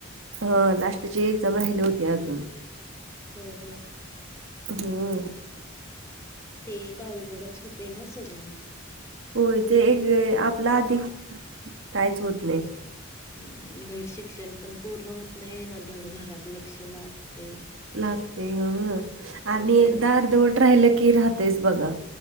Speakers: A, on the right; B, on the left.
A: हं लास्टचे एक्जाम राहिले होते अजूंन
B: होयं होयं
A: हम्मं
B: ते एक अवघडचं होतें नां सगळीं
A: होयं ते आपलां आधीं काहींचं होतं नाहीं
B: हम्मं धड शिक्षणं पणं पूर्ण होतं नाहीं नां धड घरांत लंक्ष लागतं नाहीं
A: लागते हं आणि
B: नवीन
A: एकदाचं अर्धवट राहिलं की राहतचं बघां